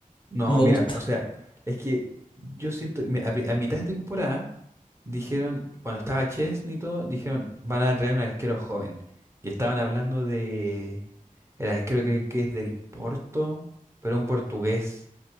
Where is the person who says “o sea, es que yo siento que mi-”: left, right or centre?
Right